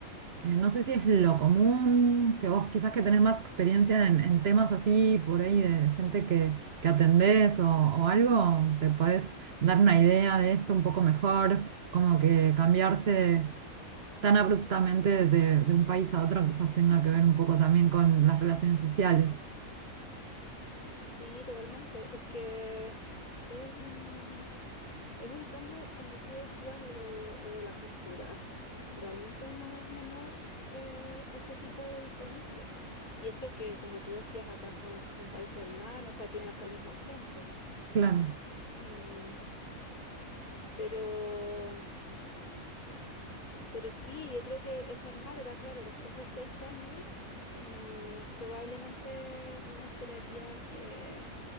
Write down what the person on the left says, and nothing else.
Sí, totalmente. Es que es un, es un cambio, como tú decías, lo de, lo de la cultura. Realmente no es menor eh, ese tipo de diferencia. Y eso que, como tú decías, acá son, son países hermanos, o sea, tienen hasta el mismo acento.
Em, pero, pero sí, yo creo que es normal. Ahora, claro, después de seis años, em, probablemente uno esperaría que,